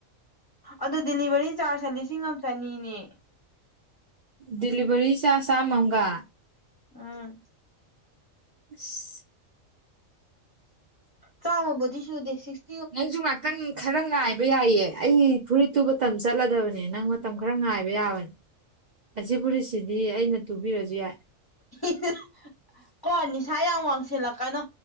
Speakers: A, on the left (about 25°); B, on the right (about 75°).
A: ꯑꯗꯨ ꯗꯤꯂꯤꯚꯔꯤ ꯆꯥꯔꯖꯅ ꯂꯤꯁꯤꯡ ꯑꯃ ꯆꯅꯤꯅꯦ
B: ꯗꯤꯂꯤꯚꯔꯤ ꯆꯥꯁ ꯆꯥꯃ ꯑꯝꯒ
A: ꯑ꯫
B: ꯑꯁ꯫
A: ꯆꯥꯝꯃꯕꯨꯗꯤ ꯁꯨꯗꯦ ꯁꯤꯛꯁ
B: ꯅꯪꯖꯨ ꯉꯥꯛꯇꯪ ꯈꯔ ꯉꯥꯏꯕ ꯌꯥꯏꯌꯦ꯫ ꯑꯩ ꯐꯨꯔꯤꯠꯇꯨꯕ ꯇꯝ ꯆꯠꯂꯗꯕꯅꯦ ꯅꯪ ꯃꯇꯝ ꯈꯔ ꯉꯥꯏꯕ ꯌꯥꯕꯅꯦ ꯑꯁꯤ ꯄꯨꯔꯤꯠꯁꯤꯗꯤ ꯑꯩꯅ ꯇꯨꯕꯤꯔꯖꯨ ꯌꯥꯏ꯫
A: ꯍꯥꯍꯦ ꯀꯣ ꯅꯤꯁꯥ ꯌꯥꯝ ꯋꯥꯡꯁꯤꯜꯂꯛꯀꯅꯨ